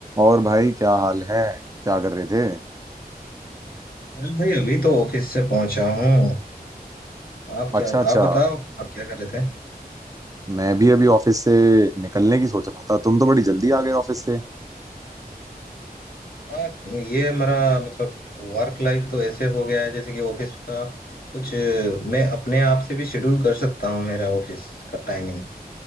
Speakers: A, on the right; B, on the left.
A: और भाई क्या हाल है क्या कर रहे थे
B: अरे भाई अभी तो ऑफिस से पहुंचा हूँ आप
A: अच्छा
B: क्या
A: अच्छा
B: आप बताओ आप क्या कर रहे थे
A: मैं भी अभी ऑफिस से निकलने की सोच रहा था तुम तो बड़ी जल्दी आ गए ऑफिस से
B: हाँ ये मेरा मतलब वर्क लाइफ तो ऐसे हो गया है जैसे कि ऑफिस का कुछ अ, मैं अपने आप से भी शेड्यूल कर सकता हूँ मेरा ऑफिस का टाइमिंग